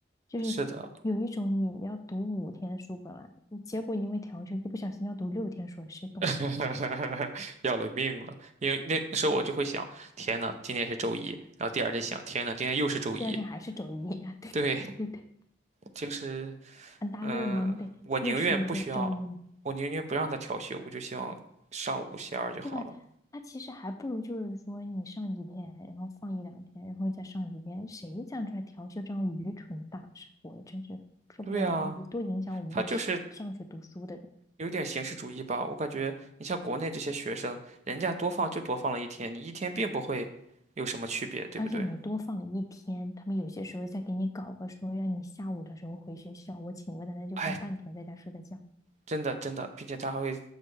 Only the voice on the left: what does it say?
就是
有一种你要读五天书本来，结果因为调休一不小心要读六天书，谁懂？
第二天还是周一，<laughs> 对对对对对
a n other
Monday
又是一个周一呢。
对吧？他其实还不如就是说你上几天，然后放一两天，然后再上几天，谁想出来调休这样愚蠢的大事？我真是受不了了！
你多影响我们这些是上学读书的人，
而且你多放了一天，他们有些时候再给你搞个说让你下午的时候回学校，我请个奶奶就放半天，
在家睡个觉，